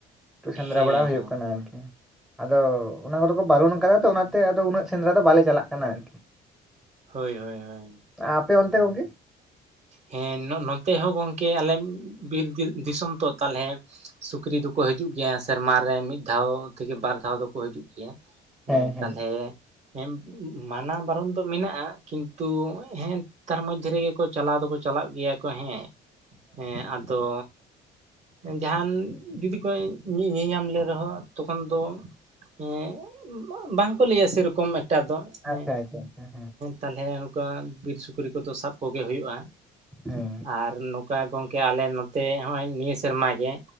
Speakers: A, in the centre; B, on the right.
A: ᱥᱮᱸᱫᱽᱨᱟ
B: ᱦᱮᱸ
A: ᱵᱟᱲᱟ ᱦᱩᱭᱩᱜ
B: ᱦᱮᱸ
A: ᱠᱟᱱᱟ ᱟᱨᱠᱤ ᱟᱫᱚ ᱚᱱᱟ ᱠᱚᱫᱚ ᱠᱚ ᱵᱟᱨᱚᱱ ᱟᱠᱟᱫᱟ ᱛᱚ ᱚᱱᱟᱛᱮ ᱟᱫᱚ ᱩᱱᱟᱹᱜ ᱥᱮᱸᱫᱽᱨᱟ ᱫᱚ ᱵᱟᱞᱮ ᱪᱟᱞᱟᱜ ᱠᱟᱱᱟ ᱟᱨᱠᱤ
B: ᱦᱳᱭ ᱦᱳᱭ ᱦᱳᱭ
A: ᱟᱯᱮ ᱚᱱᱛᱮ ᱜᱚᱝᱠᱮ
B: ᱦᱮᱸ ᱱᱚ ᱱᱚᱛᱮ ᱦᱚᱸ ᱜᱚᱢᱠᱮ ᱟᱞᱮ ᱵᱤᱨ ᱫᱤ ᱫᱤᱥᱚᱢ ᱛᱚ ᱛᱟᱦᱚᱞᱮ ᱥᱩᱠᱨᱤ ᱫᱚᱠᱚ ᱦᱤᱡᱩᱜ ᱜᱮᱭᱟ ᱥᱮᱨᱢᱟ ᱨᱮ ᱢᱤᱫ ᱫᱷᱟᱣ ᱛᱷᱮᱠᱮ ᱵᱟᱨ ᱫᱷᱟᱣ ᱫᱚ ᱠᱚ ᱦᱤᱡᱩᱜ ᱜᱮᱭᱟ
A: ᱦᱮᱸ
B: ᱮᱫ
A: ᱦᱮᱸ
B: ᱛᱟᱞᱦᱮ ᱮᱢ ᱢᱟᱱᱟ ᱵᱟᱨᱚᱱ ᱫᱚ ᱢᱮᱱᱟᱜᱼᱟ ᱠᱤᱱᱛᱩ ᱦᱮᱸ ᱛᱟᱨ ᱢᱚᱫᱽᱫᱷᱮ ᱨᱮᱜᱮ ᱠᱚ ᱪᱟᱞᱟᱣ ᱫᱚᱠᱚ ᱪᱟᱞᱟᱜ ᱜᱮᱭᱟ ᱠᱚ ᱦᱮᱸ ᱦᱮᱸ ᱟᱫᱚ ᱡᱟᱦᱟᱱ ᱡᱩᱫᱤ ᱠᱚ ᱧᱤ ᱧᱟᱢ ᱞᱮ ᱨᱮᱦᱚᱸ ᱛᱚᱠᱷᱚᱱ ᱫᱚ ᱮᱸ ᱵᱟ ᱵᱟᱝ ᱠᱚ ᱞᱟᱹᱭᱟ ᱥᱮ ᱨᱚᱠᱚᱢ ᱢᱮᱜᱴᱟ ᱫᱚ᱾ ᱦᱮᱸ
A: ᱟᱪᱪᱷᱟ ᱟᱪᱷᱟ ᱦᱮᱸ᱾
B: ᱛᱟᱞᱦᱮ ᱱᱚᱝᱠᱟ ᱵᱤᱨ ᱥᱩᱠᱨᱤ ᱠᱚᱫᱚ ᱥᱟᱵᱼᱼ ᱜᱮ ᱦᱩᱭᱩᱜ-ᱟ
A: ᱦᱮᱸ
B: ᱟᱨ ᱱᱚᱝᱠᱟ ᱜᱚᱝᱠᱮ ᱟᱞᱮ ᱱᱚᱛᱮ ᱦᱚᱸᱜ-ᱚᱭ ᱱᱤᱭᱟᱹᱥᱼᱼ ᱥᱮᱨᱢᱟ ᱜᱮ